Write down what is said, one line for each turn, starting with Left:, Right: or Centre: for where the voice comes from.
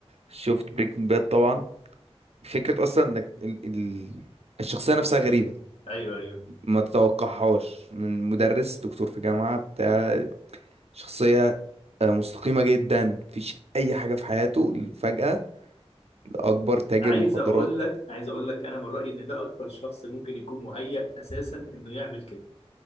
Right: شفت بريكنج باد طبعا فكره اصلا انك ال... ال... الشخصيه نفسها غريبه
Left: ايوه ايوه
Right: ما تتوقعهاش من مدرس دكتور في جامعه بتاع شخصيه آه، مستقيمه جدا مفيش اي حاجه في حياته فجاه لاكبر تاجر
Left: عايز
Right: مخدرات
Left: اقول لك عايز اقول لك انا من رايي ان ده اكتر شخص ممكن يكون مهيأ اساسا انه يعمل كده